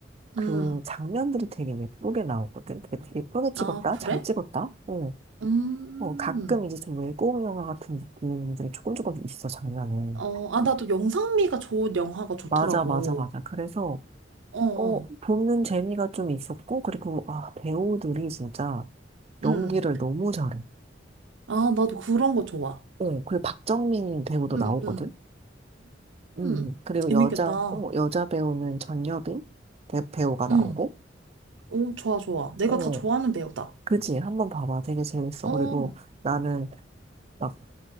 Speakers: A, on the right (about 35°); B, on the right (about 90°).
A: 그
B: 음.
A: 장면들이 되게 예쁘게 나오거든. 되게 예쁘게 찍었다?
B: 아, 그래?
A: 잘 찍었다? 어,
B: 음.
A: 어, 가끔 이제 좀 외국 영화 같은 느낌들이 조금 조금 있어, 장면에.
B: 어, 아, 나도 영상미가 좋은 영화가 좋더라고.
A: 맞아, 맞아, 맞아. 그래서,
B: 어, 어.
A: 어, 보는 재미가 좀 있었고, 그리고, 아, 배우들이 진짜 연기를
B: 음.
A: 너무 잘해.
B: 아, 나도 그런 거 좋아.
A: 어, 그리고 박정민 배우도
B: 음,
A: 나오거든?
B: 음.
A: 음,
B: 음.
A: 그리고
B: 재밌겠다.
A: 여자, 어, 여자 배우는 전여빈 대- 배우가 나오고,
B: 음. 오, 좋아, 좋아. 내가
A: 어,
B: 다 좋아하는 배우다.
A: 그지? 한번 봐봐. 되게 재밌어.
B: 어,
A: 그리고 나는 막